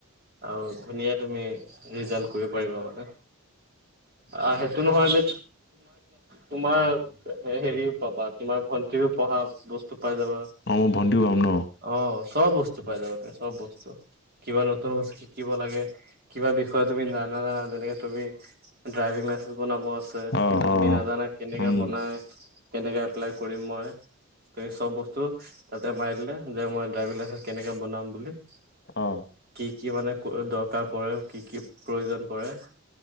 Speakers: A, on the right; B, on the left.
A: আৰু ধুনীয়া তুমি ৰিজাল্ট কৰিব পাৰিবা মানে অ' সেইটো নহয় যে তোমাৰ হেৰিও পাবা, তোমাৰ ভন্টিৱেও পঢ়া বস্ত পাই যাবা,
B: মোৰ ভণ্টিও পাম ন
A: অ' চব বস্তু পাই যাবা তুমি, চব বস্তু। কিবা নতুন বস্তু শিকিব লাগে কিবা বিষয় তুমি না-নাজানা, যেনেকে তুমি ড্ৰাইভিং লাইচেন্ঞ্চ বনাব চে,
B: অ
A: কিন্তু তুমি
B: অ
A: নাজানা কেনেকে
B: উম
A: বনায়, কেনেকে এপ্লাই কৰিম মই তুমি চব বস্তু তাতে মাৰি দিলে, যে মই ড্ৰাইভিং লাইচেন্স কেনেকে বনাম বুলি
B: অ'
A: কি কি মানে দৰকাৰ পৰে, কি কি প্ৰয়োজন পৰে